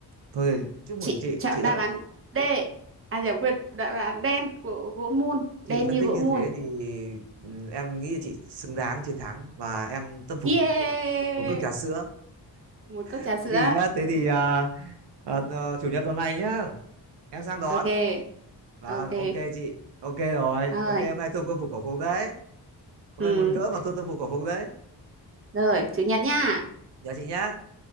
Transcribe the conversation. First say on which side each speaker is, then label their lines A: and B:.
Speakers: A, on the right (about 85°); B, on the right (about 35°).
A: Thôi thì chúc
B: chị
A: mừng chị.
B: chọn
A: Chị
B: đáp
A: đã
B: án D à nhầm quên đáp án đen của gỗ mun
A: chị
B: đen
A: phân
B: như
A: tích
B: gỗ
A: như
B: mun
A: thế thì ừm, em nghĩ là chị xứng đáng chiến thắng và em tâm phục
B: yeah
A: khẩu phục. Một cốc trà sữa.
B: một cốc trà
A: Thế
B: sữa
A: thì nhá, thế thì à, à, à, chủ nhật tuần này nhá. Em sang đón.
B: ok
A: Vâng,
B: ok
A: ok chị. Ok rồi.
B: rồi
A: Ok, hôm nay thua quân phục cổ phục đấy. Hôm
B: ừ.
A: nay muốn gỡ mà thua quân phục cổ phục đấy.
B: rồi chủ nhật nha
A: Nhớ chị nhá.